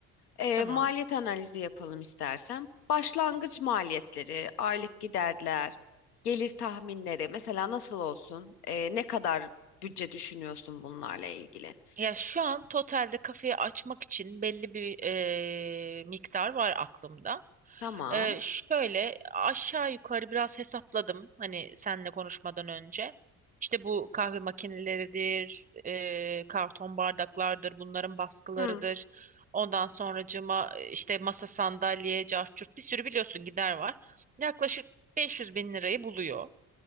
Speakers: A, on the left (about 80°); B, on the right (about 20°).
A: E,
B: Tamam.
A: maliyet analizi yapalım istersen. Başlangıç maliyetleri, aylık giderler, gelir tahminleri mesela nasıl olsun? E, ne kadar bütçe düşünüyorsun bunlarla ilgili?
B: Ya şu an totalde kafeyi açmak için belli bir eee, miktar var aklımda.
A: Tamam.
B: Eee, şöyle aşağı yukarı biraz hesapladım hani seninle konuşmadan önce. İşte bu kahve makineleridir, eee, karton bardaklardır, bunların baskılarıdır.
A: Hı,
B: Ondan sonracığıma işte masa sandalye, cart curt bir sürü biliyorsun gider var. Yaklaşık 500 bin lirayı buluyor.